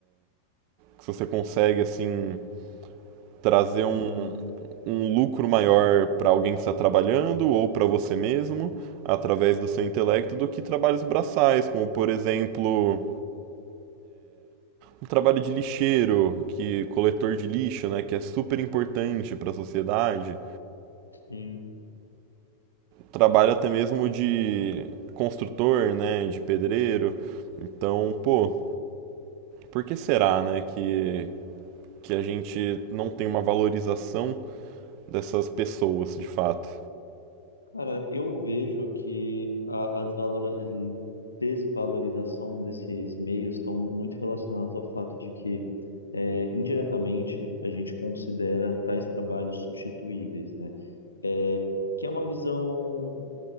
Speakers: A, on the right (about 45°); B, on the left (about 80°).
A: Se você consegue assim trazer
B: Hum,
A: um,
B: <laughs>
A: um lucro maior para alguém que está trabalhando ou para você mesmo através do seu intelecto do que trabalhos braçais, como por exemplo um trabalho de lixeiro, que coletor de lixo, né, que é super importante para a sociedade,
B: sim.
A: trabalho até mesmo de construtor, né, de pedreiro. Então, pô, Por que será, né, que, que a gente não tem uma valorização dessas pessoas, de fato?
B: Cara, eu vejo que a, a desvalora- desvalorização desses meios estão muito relacionados ao fato de que, é, indiretamente, a gente considera tais trabalhos substituíveis, né? É, que é uma visão.